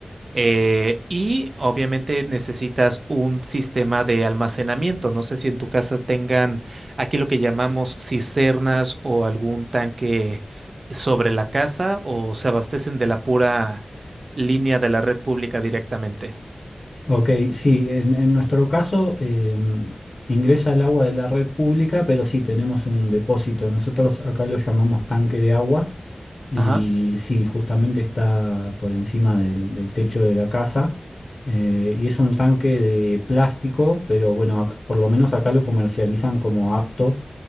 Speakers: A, on the right; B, on the left.
A: Eh, y obviamente necesitas un sistema de almacenamiento. No sé si en tu casa tengan aquí lo que llamamos cisternas o algún tanque sobre la casa o se abastecen de la pura línea de la red pública directamente.
B: Ok, sí, en, en nuestro caso em, ingresa el agua de la red pública, pero sí tenemos un depósito. Nosotros acá lo llamamos tanque de agua. Y
A: Ajá.
B: sí, justamente está por encima del, del techo de la casa. eh, y es un tanque de plástico, pero bueno, ac- por lo menos acá lo comercializan como apto